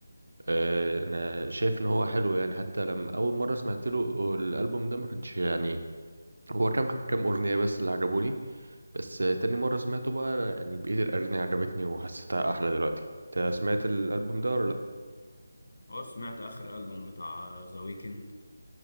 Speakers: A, on the right; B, on the left.
A: آه انا شايف ان هو حلو يعني حتى لما اول مره سمعت له الالبوم ده ما كانش يعني هو كام كام اغنيه بس اللي عجبوني بس آه تاني مره سمعته بقى يعني بقيه الاغاني عجبتني وحسيتها احلى دلوقتي انت سمعت الالبوم ده ولا لا
B: أه سمعت آخر ألبوم بتاع ذا ويكند